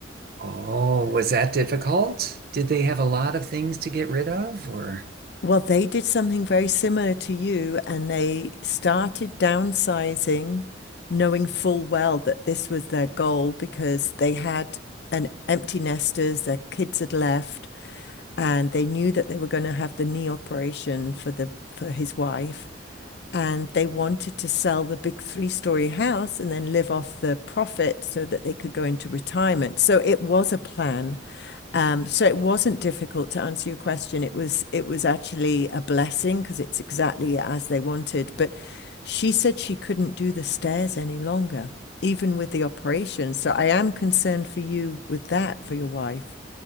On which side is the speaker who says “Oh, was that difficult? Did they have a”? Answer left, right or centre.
Right